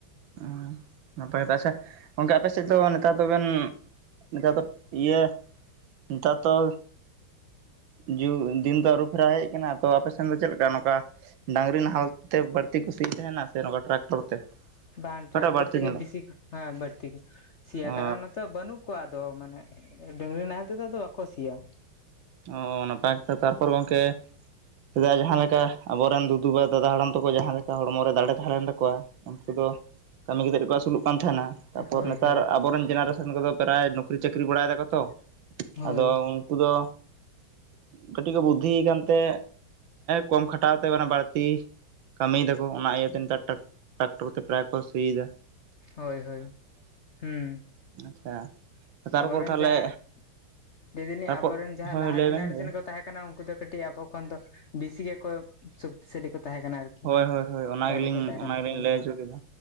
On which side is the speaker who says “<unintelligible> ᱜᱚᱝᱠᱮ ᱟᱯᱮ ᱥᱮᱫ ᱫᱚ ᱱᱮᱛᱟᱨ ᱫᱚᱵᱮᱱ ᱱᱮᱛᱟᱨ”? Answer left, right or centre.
Right